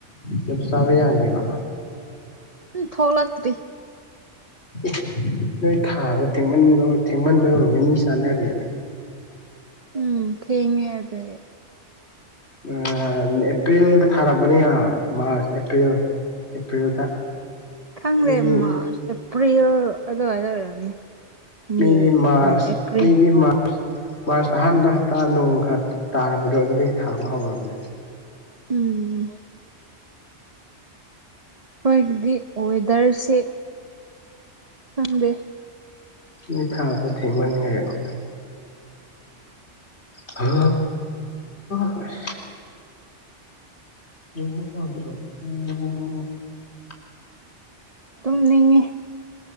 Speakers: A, on the left; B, on the right.
A: ꯗꯨꯝ ꯆꯥꯕ ꯌꯥꯗ꯭ꯔꯤꯕ
B: ꯎꯝ ꯊꯣꯛꯂꯛꯇ꯭ꯔꯤ
A: ꯑꯦ ꯅꯣꯏ ꯊꯥꯕ ꯊꯦꯡꯃꯟꯕ ꯊꯦꯡꯃꯟꯕꯩ ꯑꯣꯏꯔꯝꯅꯤ ꯃꯤ ꯆꯥꯅꯔꯦꯅꯦ
B: ꯎꯝ ꯊꯦꯡꯉꯦ ꯑꯗꯨꯒꯤ
A: ꯑꯥ ꯑꯦꯄ꯭ꯔꯤꯜꯗ ꯊꯥꯔꯕꯅꯤ ꯑꯥ ꯃ꯭ꯔꯥꯁ ꯑꯦꯄ꯭ꯔꯤꯜ ꯑꯦꯄ꯭ꯔꯤꯜꯗ
B: ꯈꯪꯗꯦ
A: ꯃꯤꯗꯤ
B: ꯃꯥꯔꯆ ꯑꯦꯄ꯭ꯔꯤꯜ ꯑꯗꯨꯋꯥꯏꯗ ꯑꯣꯏꯔꯝꯅꯤ
A: ꯃꯤꯗꯤ
B: ꯃꯦ
A: ꯃ꯭ꯔꯥꯁ
B: ꯑꯦꯄ꯭ꯔꯤꯜ
A: ꯃꯤꯗꯤ ꯃꯥ ꯃꯥꯔꯁ ꯑꯍꯥꯟꯕ ꯍꯞꯇꯥ ꯅꯣꯡꯈꯥ ꯇꯥꯔꯛꯖꯗꯣ ꯑꯗꯨꯗꯒꯤ ꯊꯥꯕ ꯍꯧꯔꯕꯅꯤ
B: ꯎꯝ ꯑꯈꯣꯏꯒꯤꯗꯤ ꯋꯦꯗ꯭ꯔꯁꯦ ꯈꯪꯗꯦ
A: ꯅꯣꯏ ꯊꯥꯕ ꯊꯦꯡꯃꯟꯒꯔꯦꯕ ꯍꯥꯍꯥ ꯍꯥ ꯑꯁ <inaudible>
B: ꯇꯨꯝꯅꯤꯡꯉꯦ